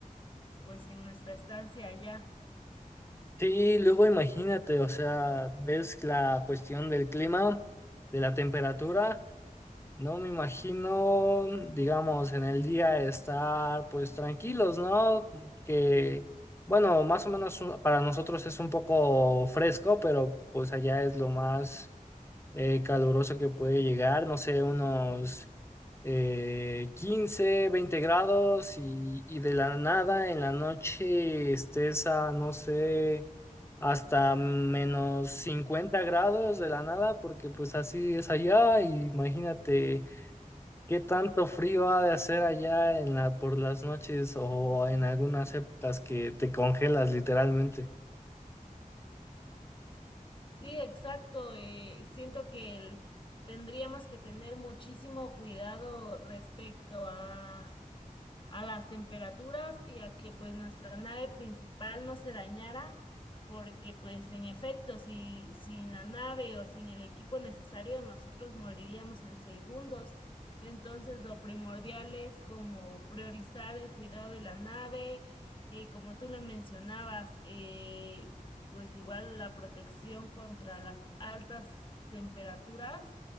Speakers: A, on the left (about 35°); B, on the left (about 20°).
A: pues en nuestra estancia allá.
B: Sí, luego imagínate, o sea, ves la cuestión del clima, de la temperatura. No me imagino, digamos, en el día estar pues tranquilos, ¿no? Que, bueno, más o menos u- para nosotros es un poco fresco, pero pues allá es lo más eh, caluroso que puede llegar, no sé, unos eh, 15, 20 grados y, y de la nada en la noche estés a, no sé, hasta menos 50 grados de la nada, porque pues así es allá, y imagínate ¿Qué tanto frío ha de hacer allá en la, por las noches o en algunas épocas que te congelas literalmente?
A: Sí, exacto. eh, siento que el- tendríamos que tener muchísimo cuidado respecto a a las temperaturas y a que pues nuestra nave principal no se dañara, porque pues en efecto, si sin la nave o sin el equipo necesario, nosotros moriríamos en segundos. Entonces, lo primordial es como priorizar el cuidado de la nave, eh, como tú lo mencionabas, eh, pues igual la protección contra las altas temperaturas